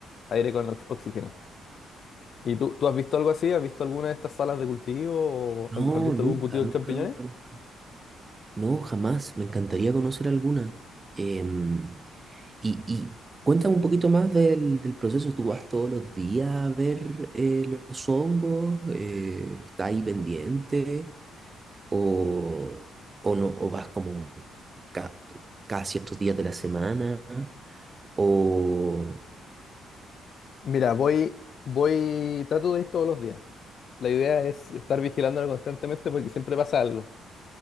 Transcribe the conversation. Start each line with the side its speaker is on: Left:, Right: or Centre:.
Left: aire con ox- oxígeno. ¿Y tú, tú has visto algo así? ¿Has visto alguna de estas salas de cultivo? ¿O
Right: No,
Left: has has visto
Right: nunca,
Left: algún cultivo
Right: nunca,
Left: de champiñones?
Right: nunca, nunca. No, jamás. Me encantaría conocer alguna. Em, y, y cuéntame un poquito más del, del proceso. ¿Tú vas todos los días a ver eh, los hongos? Eh, ¿estás ahí pendiente? ¿O, o no? ¿O vas como ca- cada ciertos días de la semana? ¿O...
Left: Mira, voy, voy, trato de ir todos los días. La idea es estar vigilándolo constantemente porque siempre pasa algo.